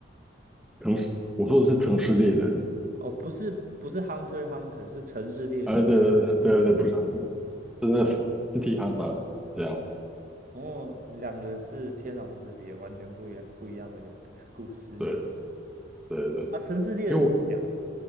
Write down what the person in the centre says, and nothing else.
城市，我说的是《城市猎人》，
呃，对对对对对，不是啊，真的是《City h t e r 这样子，
对对对，
因为我。